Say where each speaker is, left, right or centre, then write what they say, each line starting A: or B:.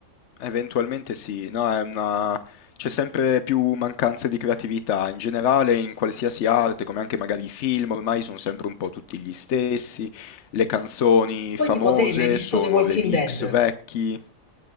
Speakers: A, on the left; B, on the left.
A: eventualmente sì, no, è una... c'è sempre più mancanza di creatività. In generale, in qualsiasi arte, come anche magari i film, ormai sono sempre un po' tutti gli stessi. Le canzoni
B: Poi
A: famose
B: tipo te, ma hai visto
A: sono
B: The Walking
A: remix
B: Dead?
A: vecchi.